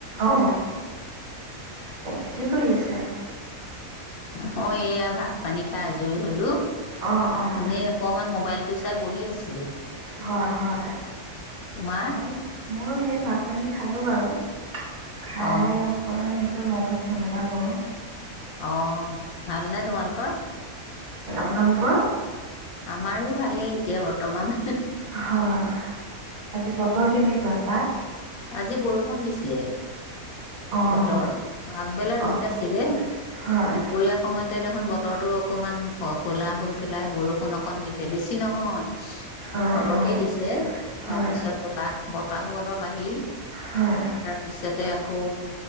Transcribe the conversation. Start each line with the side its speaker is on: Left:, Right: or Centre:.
Right: অঁ। তাকে কি কৰি আছে,
Left: মই এয়া ভাত পানী খাই আজৰি হলো।
Right: অঁ অঁ
Left: এনেই অকমান মোবাইল, টিভি চাই বহি আছিলো।
Right: হয় হয়
Left: তোমাৰ
Right: মোৰ, ময়ো সেই ভাত পানী খালো বাৰু, খাই
Left: অ
Right: অক, কি মই বোলো ফোন এটা কৰোঁ।
Left: অঁহ ভালনে তোমালোকৰ?
Right: তোমালোকৰ?
Left: আমাৰো ভালেই এতিয়া বৰ্তমান।
Right: হয় আজি বতৰ কেনেকুৱা তাত
Left: আজি বৰষুণ দিছিলে?
Right: অঁ
Left: বতৰ আগবেলা ৰ'দ
Right: অঁ
Left: আছিলে
Right: হয়
Left: দুপৰীয়া সময়তে দেখোন বতৰ। বতৰটো অকমান ক'লা হৈ পেলাই বৰষুণ অকণ দিলে বেছি নহয়?
Right: অঁ
Left: অলপেই
Right: অঁ
Left: দিছে
Right: হয়
Left: তাৰ পিছত বতাহ। বতাহো অলপ। বাঢ়ি
Right: হয়
Left: আহাৰ পিছতে আকৌ